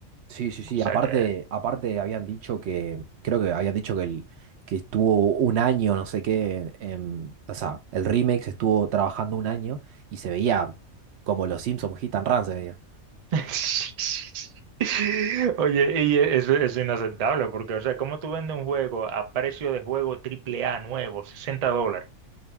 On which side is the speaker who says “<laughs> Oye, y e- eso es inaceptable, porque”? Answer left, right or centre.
Right